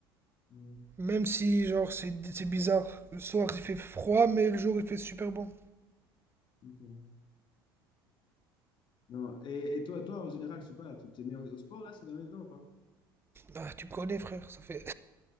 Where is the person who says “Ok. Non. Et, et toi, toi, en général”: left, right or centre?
Left